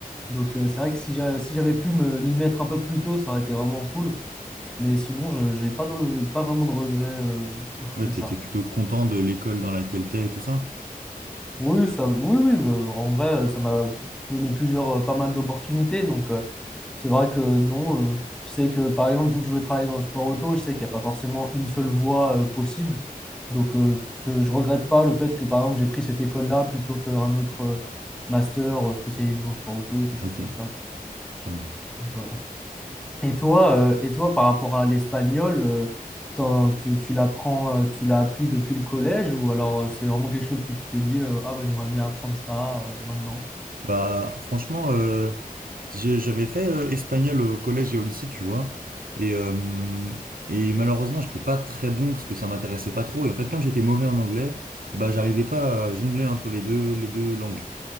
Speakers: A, in the centre; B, on the right.
A: Donc euh, c'est vrai que si j'a- si j'avais pu me- m'y mettre un peu plus tôt, ça aurait été vraiment cool. Mais sinon, je j'ai pas, de- pas vraiment de regrets euh, autres
B: Ouais,
A: que
B: t'es
A: ça.
B: t'es plutôt content de l'école dans laquelle t'es et tout ça?
A: Oui, ça, oui, oui, euh, en vrai, euh, ça m'a donné plusieurs, euh, pas mal d'opportunités. Donc euh, c'est vrai que non, euh, je sais que par exemple, vu que je veux travailler dans le sport auto, je sais qu'il n'y a pas forcément une seule voie euh, possible. Donc euh, ce- je regrette pas le fait que par exemple, j'ai pris cette école-là plutôt qu'un autre euh, master euh, spécialisé dans le sport auto, quelque chose
B: Ok,
A: comme ça, quoi.
B: quand même.
A: Voilà. Et toi, euh, et toi, par rapport à l'espagnol, euh, t'en- tu, tu l'apprends, euh, tu l'as appris depuis le collège ou alors euh, c'est vraiment quelque chose que tu t'es dit, euh, ah bah j'aimerais bien apprendre ça euh, maintenant.
B: Bah, franchement, euh, j'ai- j'avais fait euh, espagnol au collège et au lycée, tu vois. Et, euh, et malheureusement, j'étais pas très bon parce que ça m'intéressait pas trop. Et en fait, comme j'étais mauvais en anglais, bah, j'arrivais pas à jongler entre les deux, les deux langues.